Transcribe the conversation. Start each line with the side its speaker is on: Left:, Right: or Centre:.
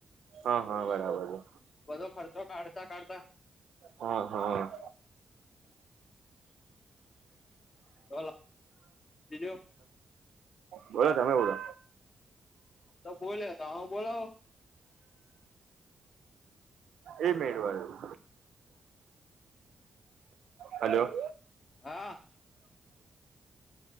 Right: હા હા બરાબર છે.
Left: બધો ખર્ચો કાઢતા-કાઢતા
Right: હા હા.
Left: બોલો બીજું
Right: બોલો તમે બોલો.
Left: તો બોલે તો હ બોલોવ.
Right: એ મેળવાનું. હલો.
Left: હા.